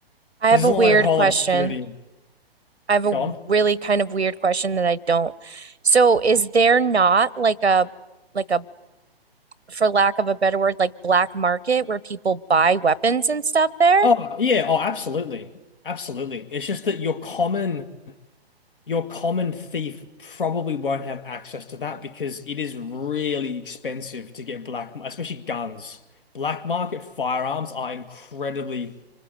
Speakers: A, on the right; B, on the left.
A: have
B: because there's
A: a
B: not
A: weird
B: like a whole
A: question.
B: lot of security
A: I have a
B: gone.
A: really kind of weird question that I don't. So is there not like a like a for lack of a better word, like black market where people buy weapons and stuff there?
B: Oh yeah, oh absolutely, absolutely. It's just that your common your common thief probably won't have access to that because it is really expensive to get black, especially guns. Black market firearms are incredibly